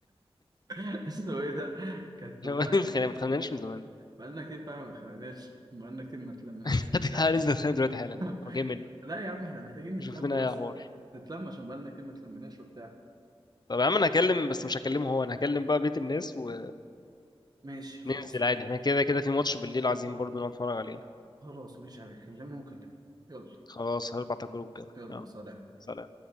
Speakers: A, on the right; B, on the left.
A: <laughs> اسمه ايه ده كانت
B: لو
A: والله
B: ما اتخانقناش من زمان
A: بقالنا كتير فعلا ما اتخانقناش بقالنا كتير ما اتلمناش
B: <laughs>
A: وبتاع
B: هننزل نتخانق دلوقتي حالا
A: <laughs>
B: هو جاي مني
A: لا يا عم احنا محتاجين نتلم
B: شوف لنا إيه
A: بس
B: يا حوار
A: نتلم عشان بقالنا كتير ما اتلمناش وبتاع
B: طب يا عم انا هكلم بس مش هكلمه هو انا هكلم بقى بيت الناس و
A: ماشي خلاص
B: ننزل عادي احنا كده كده في ماتش بالليل عايزين برضه نقعد نتفرج عليه
A: خلاص ماشي هكلمهم وكلمهم يلا
B: خلاص هبعت على الجروب كده
A: يلا
B: يلا
A: سلام
B: سلام